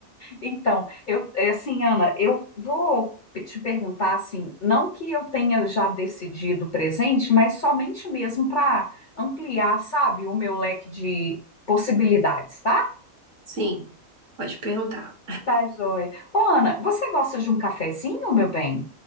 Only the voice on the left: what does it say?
Então, eu, é assim, Ana, eu vou pe- te perguntar assim, não que eu tenha já decidido o presente, mas somente mesmo para ampliar, sabe, o meu leque de possibilidades, tá?
Tá, joia. Ô, Ana, você gosta de um cafezinho, meu bem?